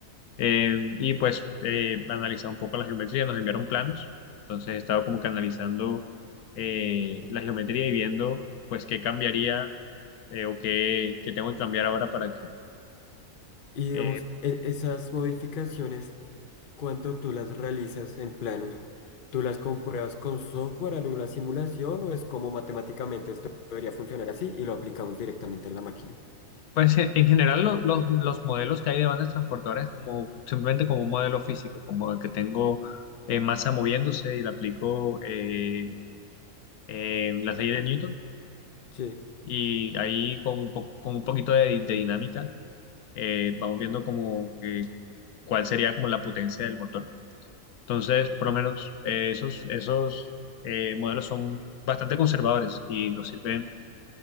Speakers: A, on the left; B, on the left.
A: Eh, y pues eh, analizar un poco la geometría, nos enviaron planos. Entonces, he estado como que analizando eh, la geometría y viendo pues qué cambiaría eh, o qué, qué tengo que cambiar ahora para que,
B: Y digamos,
A: eh,
B: e- esas modificaciones, cuando tú las realizas en planos, ¿tú las compruebas con software, alguna simulación o es como matemáticamente esto debería funcionar así y lo aplicamos directamente en la máquina?
A: Pues e- en general lo- los, los modelos que hay de bandas transportadoras es como simplemente como un modelo físico, como el que tengo eh, masa moviéndose y le aplico eh, eh, las leyes de Newton
B: Sí.
A: y ahí con un, po- con un poquito de, de dinámica eh, vamos viendo como que cuál sería como la potencia del motor. Entonces, por lo menos eh, esos, esos eh, modelos son bastante conservadores y nos sirven